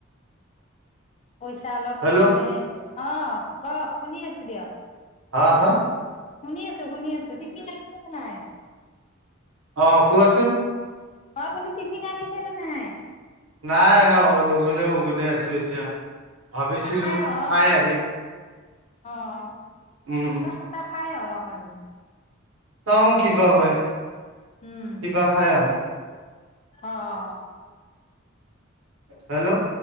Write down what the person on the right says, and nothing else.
হেল্ল'
হা? হা?
অ কোৱাচোন।
নাই ন লগুনে-মগুনে আছো এতিয়া, ভাবিছিলো
খাই আহিম।
উম
চাওঁ কিবা হয়
কিবা খাই আহোঁ।
হেল্ল'